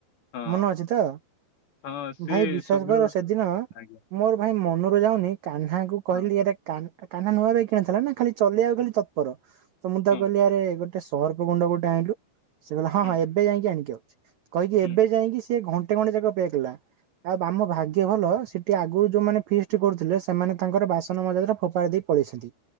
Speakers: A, on the left; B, on the right.
A: ହଁ ହଁ
B: ମନ ଅଛି ତ?
A: ହଁ ସେ
B: ଭାଇ ବିଶ୍ୱାସ
A: ସୌମ୍ୟ
B: କର ସେଦିନ
A: ଆଜ୍ଞା
B: ମୋର ଭାଇ ମନରେ ଯାଉନି। କହ୍ନାକୁ କହିଲି
A: ହଁ
B: ଆରେ କା କାହ୍ନା ନୂଆ ବାଇକି କିଣଥିଲା ନା ଖାଲି ଚଲେଇବାକୁ
A: ହଁ
B: ଖାଲି ତତ୍ପର। ତ ମୁଁ
A: ହଁ
B: ତାକୁ କହିଲି ଆରେ ଗୋଟେ ସରଫ ଗୁଣ୍ଡ ଗୋଟେ ଆଣିଲୁ। ସେ କହିଲା ହଁ
A: ହୁଁ
B: ହଁ ଏବେ ଯାଇକି ଆଣିକି ଆଉଛି। କହିକି
A: ହୁଁ
B: ଏବେ ଯାଇକି ସିଏ ଘଣ୍ଟେ ଘଣ୍ଟେ ଯାକ ହେଇଥିଲା ଆମ ଭାଗ୍ୟ ଭଲ ସେଠି ଆଗରୁ ଯୋଉମାନେ
A: ହଁ
B: ଫିଷ୍ଟି କରୁଥିଲେ ସେ ସେମାନେ ତାଙ୍କର ବାସନ ମଜାଦରେ ଫୋପାଡି ଦେଇ ପଳେଇଛନ୍ତି।